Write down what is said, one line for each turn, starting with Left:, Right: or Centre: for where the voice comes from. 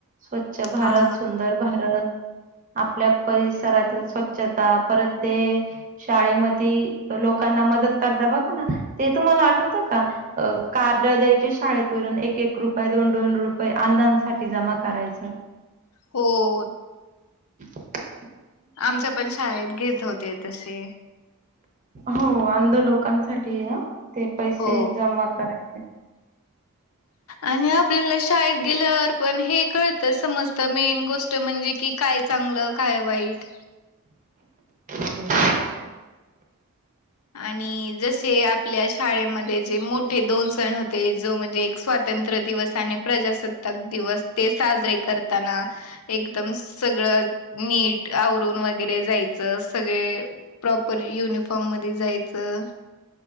Right: स्वच्छ भारत,
Left: हा
Right: सुंदर भारत. आपल्या परिसरातील स्वच्छता, परत ते शाळेमधी लोकांना मदत करता बघा ना, ते तुम्हाला आठवत का? कार द्यायची शाळेत हुन एक -एक रुपय, दोन- दोन रुपये अंधांनसाठी जमा करायचं.
Left: हो.
Right: <unintelligible>
Left: आमच्या पण शाळेत घेत होते तशे.
Right: हो अंध लोकांसाठी ना, ते पैसे
Left: हो
Right: जमा करायचं.
Left: आणि आपल्याला शाळेत गेल्यावर पण हे कळत, समजत मेन गोष्ट म्हणजे की काय चांगलं, काय वाईट.
Right: <inaudible>
Left: आणि जसे आपल्या शाळेमध्ये जे मोठे दोन सण होते, जो म्हणजे एक स्वातं स्वातंत्र दिवस आणि प्रजासत्ताक दिवस ते साजरे करताना. एकदम सगळं नीट, आवरून वगैरे जायचं सगळे प्रॉपर युनिफॉर्म मध्ये जायचं.